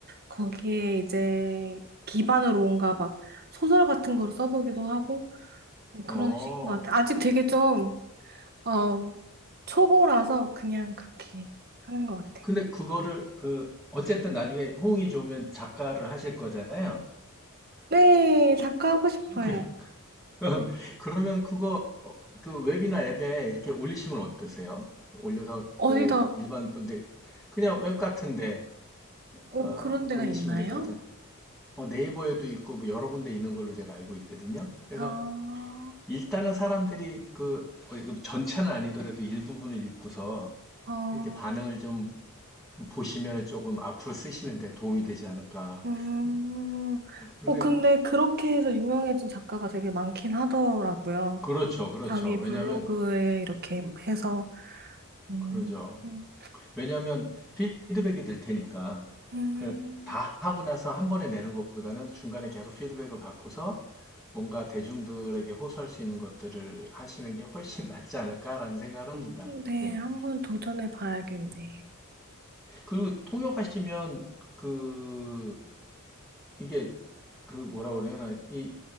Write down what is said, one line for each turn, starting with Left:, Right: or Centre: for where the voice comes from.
Right: 거기에 이제 기반으로 뭔가 막 소설 같은 거를 써보기도 하고 뭐 그런
Centre: 어.
Right: 식인 것 같아요. 아직 되게 좀, 어, 초보라서 그냥 그렇게 하는 것 같아요.
Centre: 근데 그거를 그 어쨌든 나중에 호응이 좋으면 작가를 하실 거잖아요.
Right: 네, 작가하고 싶어요.
Centre: 그 <laughs> 그러면 그거 그 웹이나 앱에 이렇게 올리시면 어떠세요? 올려서
Right: 어디다,
Centre: 그 일반 분들 그냥 웹 같은데
Right: 어,
Centre: 어,
Right: 그런 데가
Centre: 올리시면
Right: 있나요?
Centre: 될 것 같은. 어, 네이버에도 있고 뭐 여러 군데 있는 걸로 제가 알고 있거든요. 그래서
Right: 아,
Centre: 일단은 사람들이 그 어, 전체는 아니더라도 일부분을 읽고서
Right: 어,
Centre: 이렇게 반응을 좀 보시면 조금 앞으로 쓰시는데 도움이 되지 않을까.
Right: 음,
Centre: 근데
Right: 어, 근데 그렇게 해서 유명해진 작가가 되게 많긴 하더라고요.
Centre: 그렇죠, 그렇죠.
Right: 자기 블로그에
Centre: 왜냐하면
Right: 이렇게 해서, 음,
Centre: 그러죠.
Right: 음,
Centre: 왜냐하면 피드백이 될 테니까
Right: 음,
Centre: 그 다 하고 나서 한 번에 내는 것보다는 중간에 계속 피드백을 받고서 뭔가 대중들에게 호소할 수 있는 것들을 하시는 게 훨씬 <laughs> 낫지 않을까라는 생각을 합니다.
Right: 음, 음. 네,
Centre: 예.
Right: 한번 도전해 봐야겠네.
Centre: 그리고 통역하시면 그 이게 그 뭐라 그래나 이